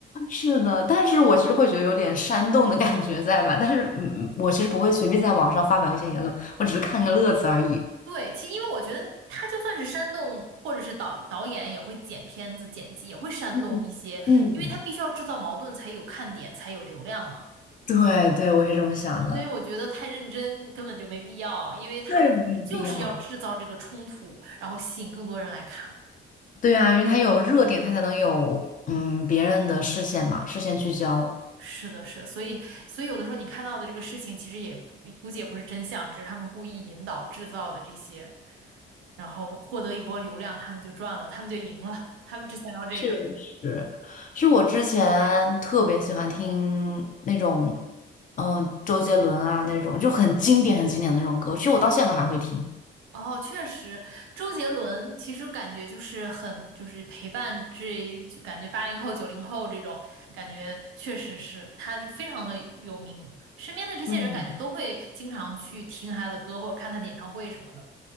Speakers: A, on the left; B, on the right.
A: 是的，但是我其实会觉得有点煽动的感觉在吧？但是，嗯，我其实不会随便在网上发表一些言论，我只是看个乐子而已。
B: 对，其因为我觉得他就算是煽动，或者是导导演也会剪片子、剪辑也会煽动一些，
A: 嗯嗯，
B: 因为他必须要制造矛盾才有看点，才有流量嘛。
A: 对对，我也是这么想的。
B: 所以我觉得太认真根本就没必要，因为他们其实就是要制造这个冲突，
A: 对，没有必要。
B: 然后吸引更多人来看。
A: 对啊，因为它有热点，它才能有嗯别人的视线嘛，视线聚焦。
B: 是的，是的，所以所以有的时候你看到的这个事情，其实也不估计也不是真相，只是他们故意引导制造的这些，然后获得一波流量，他们就赚了，他们就赢了，他们只想要这个。
A: 确实，是我之前特别喜欢听那种，嗯、周杰伦啊那种，就很经典、很经典的那种歌。其实我到现在都还会听。
B: 哦，确实，周杰伦其实感觉就是很，就是陪伴这，就感觉八零后、九零后这种感觉，确实是，他就非常的有名，身边的这些人感觉都会经常去听他的歌或者看他的演唱会什么的。
A: 嗯，